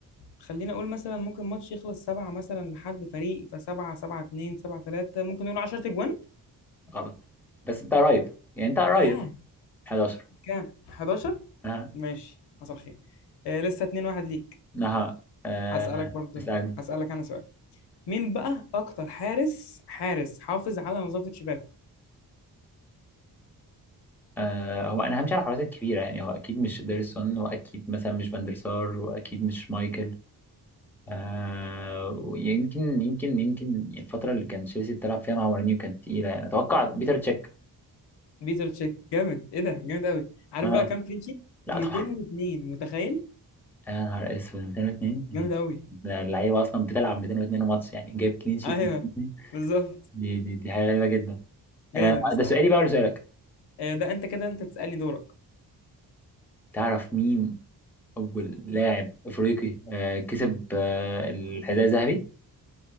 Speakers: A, on the left (about 85°); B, in the centre.
A: خلينا اقول مثلا ممكن ماتش يخلص سبعة مثلا لحد فريق فسبعة سبعة اتنين سبعة تلاتة ممكن نقول 10 تجوان
B: غلط بس أنت قريب يعني أنت قريب
A: ياه
B: 11
A: كام 11
B: ها
A: ماشي حصل خير آه لسه 2 1 ليك
B: نها آه
A: هسألك برضه
B: اسألني
A: هسألك انا سؤال مين بقى اكتر حارس حارس حافظ على نظافة شباكه
B: آه هو أنا همشي على الحراسة الكبيرة يعني هو أكيد مش ديرسون وأكيد مثلا مش فاندرسار وأكيد مش مايكل آه ويمكن يمكن يمكن الفترة اللي كان تشيلسي بتلعب فيها مع مورينيو كانت تقيلة يعني أتوقع بيتر تشيك
A: بيتر تشيك جامد ايه ده جامد قوي عارف
B: آه
A: بقى كام كلين شيت
B: لا
A: 202
B: طبعا
A: متخيل
B: يا نهار أسود 202
A: جامد قوي
B: يعني اللعيبة أصلا بتلعب 202 ماتش يعني جايب كلين شيت
A: ايوه
B: 202.
A: بالظبط
B: دي, دي, دي حاجة غريبة جدا
A: جامد
B: آه
A: بصراحة
B: ده سؤالي بقى ولا سؤالك
A: آه ده انت كده انت تسألني دورك
B: تعرف مين أول لاعب أفريقي آه كسب آه الحذاء الذهبي؟